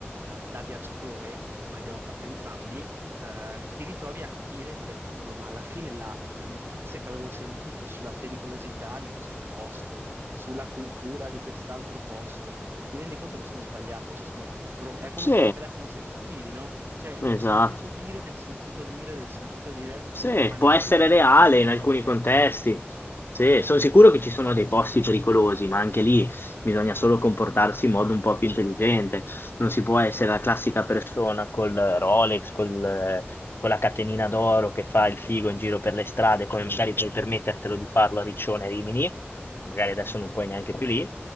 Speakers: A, on the right (about 55°); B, on the left (about 55°).
A: da viaggiatore, come abbiamo fatto entrambi, eh, ti ritrovi a capire e dire, cavolo, ma alla fine la, la notizia che avevo sentito sulla pericolosità di questo posto, sulla cultura di quest'altro posto, ti rendi conto che sono sbagliate, cioè sono pro- è come
B: Sì,
A: un po' il telefono senza fili, no? Cioè il
B: esatto.
A: sentito dire del sentito dire del sentito dire,
B: Sì,
A: ma nessuno
B: può essere
A: ha mai
B: reale
A: un'esperienza
B: in alcuni
A: diretta.
B: contesti. Sì, sono sicuro che ci sono dei posti pericolosi, ma anche lì bisogna solo comportarsi in modo un po' più intelligente. Non si può essere la classica persona col Rolex, col, eh, con la catenina d'oro che fa il figo in giro per le strade, come magari puoi permettertelo di farlo a Riccione e Rimini, magari adesso non puoi neanche più lì.